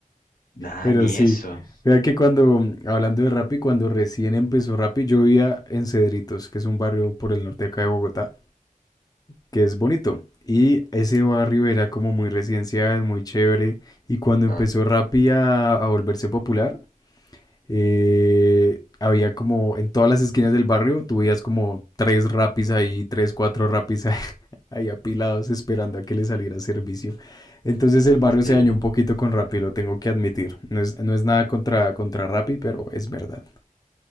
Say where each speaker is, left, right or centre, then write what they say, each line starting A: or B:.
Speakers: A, on the left (about 85°); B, on the left (about 25°).
A: Nada,
B: pero
A: ni
B: sí.
A: eso.
B: Vea que cuando, hablando de Rappi, cuando recién empezó Rappi, yo vivía en Cedritos, que es un barrio por el norte de acá de Bogotá, que es bonito. Y ese barrio era como muy residencial, muy chévere. Y cuando empezó
A: Ah,
B: Rappi a, a volverse popular, eh, había como en todas las esquinas del barrio, tú veías como tres rapis ahí, tres, cuatro rapis ahí, <laughs> ahí apilados esperando a que le saliera servicio. Entonces el barrio se
A: sí.
B: dañó un poquito con Rappi, lo tengo que admitir. No es, no es nada contra, contra Rappi, pero es verdad.